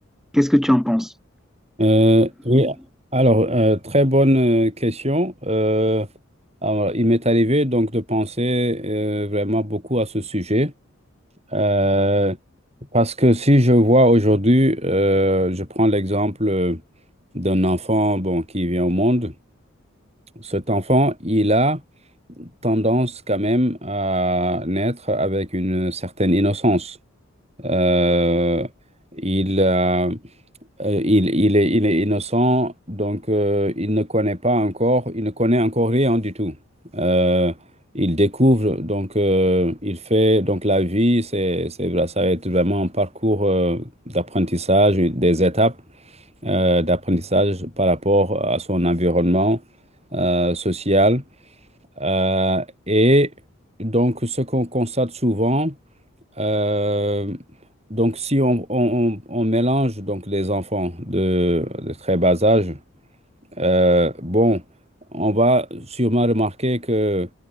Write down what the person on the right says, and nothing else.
Euh, oui, alors, euh, très bonne euh, question. Euh, alors, il m'est arrivé donc de penser euh, vraiment beaucoup à ce sujet. Euh, parce que si je vois aujourd'hui, euh, je prends l'exemple euh, d'un enfant bon, qui vient au monde. Cet enfant, il a tendance quand même à naître avec une certaine innocence. Euh, il a euh, il, il est, il est innocent, donc euh, il ne connaît pas encore, il ne connaît encore rien du tout. Euh, il découvre, donc euh, il fait, donc la vie, c'est, c'est, vrai, ça va être vraiment un parcours euh, d'apprentissage, des étapes euh, d'apprentissage par rapport à son environnement euh, social. Euh, et donc ce qu'on constate souvent, euh, donc, si on, on- on- on mélange donc les enfants de, de très bas âge, euh, bon, on va sûrement remarquer que